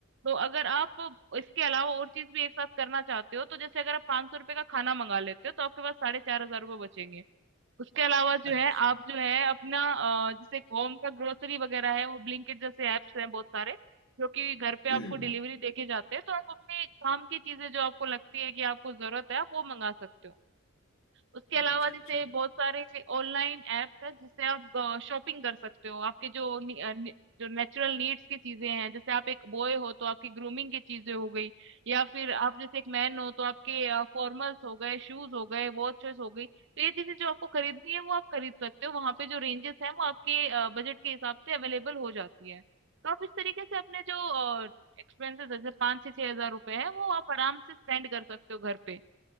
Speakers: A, on the right; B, on the left.
A: तो अगर आप इसके अलावा और चीज भी एक साथ करना चाहते हो तो जैसे अगर आप पाँच सौ रुपये का खाना मंगा लेते हो तो आपके पास साढ़े चार हजार रुपये बचेंगे उसके अलावा
B: अच्छा
A: जो है आप जो है अपना अ, जैसे होम का ग्रोसरी वगैरह है वो ब्लिंकिट जैसे एप्स हैं बहुत सारे जो कि घर पे
B: <clears throat>
A: आपको डिलीवरी देके जाते हैं तो आप अपने काम की चीजें जो आपको लगती है कि आपको जरूरत है आप वो मंगा सकते हो उसके अलावा
B: अच्छा
A: जैसे
B: अच्छा
A: बहुत सारे ऑनलाइन एप्स है जिससे आप शॉपिंग कर सकते हो आपके जो नि, अ, नि, जो नेचुरल नीड्स की चीजें हैं जैसे आप एक बॉय हो तो आपकी ग्रूमिंग की चीजें हो गई या फिर आप जैसे एक मैन हो तो आपके फॉर्मल्स हो गए शूज हो गए वॉचेस हो गई तो ये चीजें जो आपको खरीदनी है वो आप खरीद सकते हो वहां पे जो रेंजेस हैं वो आपके बजट के हिसाब से अवेलेबल हो जाती है तो आप इस तरीके से अपने जो एक्सपेंसेस जैसे पाँच से छह हजार रुपए है वो आप आराम से स्पेंड कर सकते हो घर पे